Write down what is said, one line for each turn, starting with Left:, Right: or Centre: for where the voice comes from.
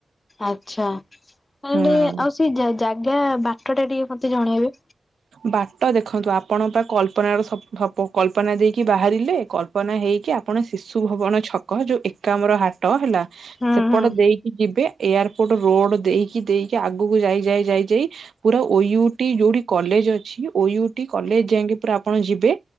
Left: ଆଛା, ତାଲେ
Right: ହୁଁ।
Left: ଆଉ ସେ ଜାଗା ବାଟ ଟା ଟିକେ ମତେ ଜଣେଇବେ।
Right: ବାଟ ଦେଖନ୍ତୁ, ଆପଣ ପା କଳ୍ପନାର ସ ସପୁ କଳ୍ପନା ଦେଇକି ବାହାରିଲେ। କଳ୍ପନା ହେଇକି ଆପ୍ ଆପଣ ଶିଶୁ ଭବନ ଛକ, ଯୋଉ ଏକାମ୍ର ହାଟ ହେଲା,
Left: ହୁଁ
Right: ସେପଟ
Left: ହୁଁ
Right: ଦେଇକି ଯିବେ ଏୟାରପୋର୍ଟ ରୋଡ୍ ଦେଇକି ଦେଇକି, ଆଗକୁ ଯାଇ ଯାଇ ଯାଇ ଯାଇ ପୁରା ଓ ୟୁ ଟି ଯୋଉଠି କଲେଜ ଅଛି, ଓ ୟୁ ଟି କଲେଜ ଯାଇକି ପୁରା ଆପଣ ଯିବେ।